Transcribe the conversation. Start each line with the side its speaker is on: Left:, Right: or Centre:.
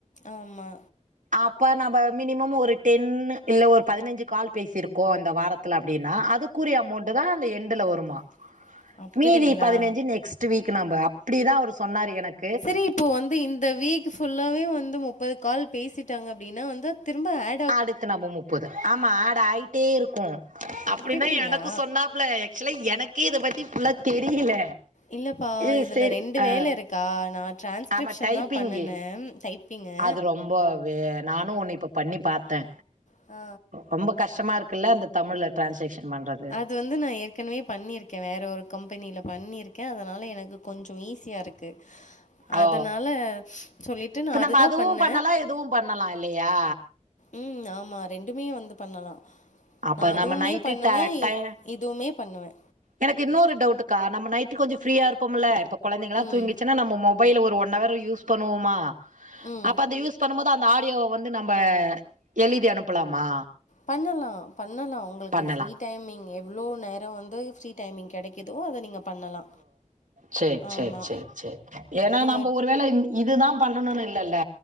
Left: ஆமா
Right: அப்போ நம்ம மினிமம் ஒரு டென் இல்ல ஒரு பதினஞ்சு கால் பேசிருக்கோ இந்த வாரத் அப்டின்னா அதுக்குரிய அமௌண்ட் தா அந்த எண்டில வருமா
Left: <inaudible> அப்டிங்களா
Right: மீதி பதினஞ்சு நெக்ஸ்ட் வீக் நம்ப அப்டிதா அவர் சொன்னார் எனக்
Left: செரி இப்போ வந்து இந்த வீக் ஃபுல்லாவே வந்து முப்பது கால் பேசிட்டாங்க அப்டின்னா வந்து திரும்ப ஆ
Right: ஆடுத்து நம முப்பது ஆமா ஆடு ஆயிட்டே இருக்கு அப்டின்தா
Left: அப்படிங்களா?
Right: எனக்கு சொன்னாப்ல ஆக்சுவலா எனக்கே இத பத்தி ஃபுல்லா தெரியல
Left: இல்லப்பா
Right: ஏ
Left: இதுல
Right: சேரி
Left: ரெண்டு
Right: அ
Left: வேல இருக்கா நா டிரான்ஸ்கிரிப்ஷன்
Right: ஆமா டைப்பிங்கு
Left: தா பண்ணுனே டைப்பிங்கு
Right: அது ரொம்ப வே நானு ஒன்னு இப்போ பண்ணி பாத்தே
Left: ஆ
Right: ரொம்ப கஷ்டமா இருக்குல்ல இந்த தமிழ்ல டிரான்ஸ்லேக்ஷன் பண்றது
Left: இது வந்து நா ஏற்கனவே பண்ணியிருக்கே வேறு ஒரு கம்பெனில பண்ணியிருக்கே அதனால எனக்கு கொஞ்சோ ஈஸியா இருக்கு
Right: ஓ
Left: அதனால சொல்லிட்டு
Right: இப்ப
Left: நா
Right: நம்ம
Left: அதுதா
Right: அதுவு
Left: பண்ண
Right: பண்ணலா இதுவு பண்ணலா இல்லையா
Left: ம் ஆமா ரெண்டுமே வந்து பண்ணலா
Right: அப்ப
Left: நா அதுவுமே
Right: நம்ம நைட்டு
Left: பண்ணுவே
Right: ட டை
Left: இதுவுமே பண்ணுவே
Right: எனக்கு இன்னொரு டவுட்டுக்கா நம்ம நைட்டு கொஞ்ச ஃப்ரீயா இருப்போம்ல இப்ப கொழைந்தகளா
Left: ம்.
Right: தூங்கிச்சுன்னா நம்ம மொபைல் ஒரு ஒன் அவர் யூஸ் பண்ணுவோமா
Left: ம்.
Right: அப்ப அந்த யூஸ் பண்ணும் போது அந்த ஆடியோ வந்து நம்ம எழுதி அனுப்பலாமா
Left: பண்ணலா பண்ணலா உங்களுக்கு
Right: பண்ணலா
Left: ஃப்ரீ டைமிங் எவ்ளோ நேர வந்து ஃப்ரீ டைமிங் கெடைக்குதோ அத நீங்க பண்ணலா
Right: சரி
Left: ஆமா
Right: சரி சரி சரி ஏன்னா
Left: நீங்க
Right: நம்ம ஒருவேள இதுதா பண்ணணுனு இல்லல்ல